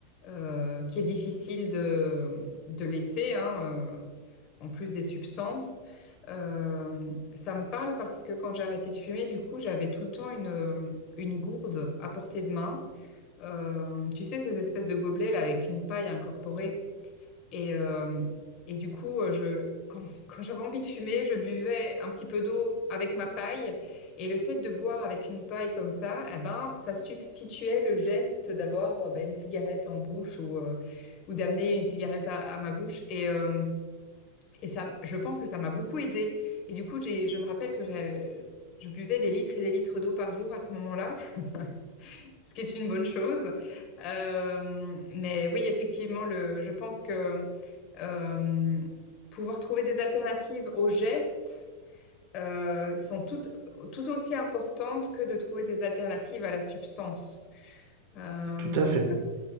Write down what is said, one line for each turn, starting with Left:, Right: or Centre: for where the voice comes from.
Left: euh, qui est difficile de, de laisser, hein, euh, en plus des substances. Euh, ça me parle parce que quand j'ai arrêté de fumer, du coup, j'avais tout le temps une, euh, une gourde à portée de main. Euh, tu sais, ces espèces de gobelets là avec une paille incorporée. Et, euh, et du coup, euh, je, quand, <laughs> quand j'avais envie de fumer, je buvais un petit peu d'eau avec ma paille. Et le fait de boire avec une paille comme ça, eh ben, ça substituait le geste d'avoir euh, ben, une cigarette en bouche ou, euh, ou d'amener une cigarette à, à ma bouche. Et, euh, et ça, je pense que ça m'a beaucoup aidée. Et du coup, j'ai, je me rappelle que j'ai- je buvais des litres et des litres d'eau par jour à ce moment-là. <laughs> ce qui est une bonne chose. Euh, mais oui, effectivement, le, je pense que euh, pouvoir trouver des alternatives aux gestes euh, sont tout, tout aussi importantes que de trouver des alternatives à la substance. Euh,
Right: tout à fait.
Left: parce que